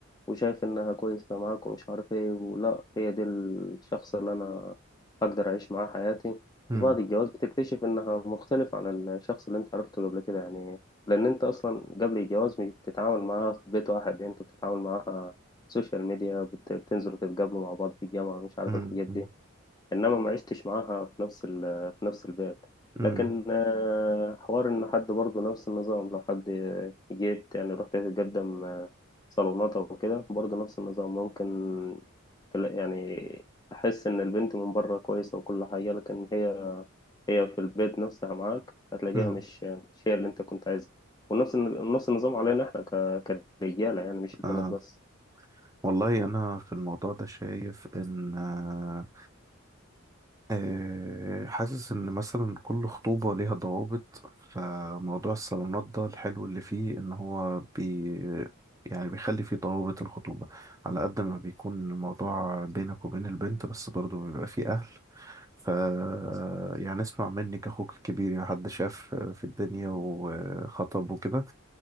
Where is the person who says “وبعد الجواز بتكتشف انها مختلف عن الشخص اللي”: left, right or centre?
Left